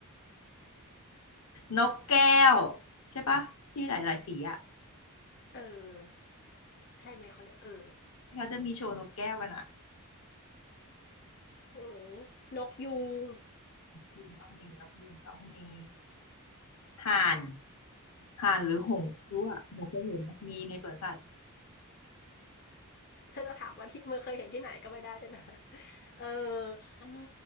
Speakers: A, on the left (about 75°); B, on the left (about 45°).
A: นกแก้วใช่ปะที่หลายๆสีอ่ะ
B: <laughs> เออใช่ไหมเขาเรียกเออ
A: ที่เขาจะมีโชว์นกแก้วกันอ่ะ
B: โอ้ยนกยูง
A: ยูงต้องมีนกยูงต้องมีห่านห่านหรือหงส์ไม่รู้อ่ะหนูเคยเห็นนะมีในสวนสัตว์
B: ถ้าจะถามว่าที่เมื่อเคยเห็นที่ไหนก็ไม่ได้ด้วยนะ <laughs> เอออันนี้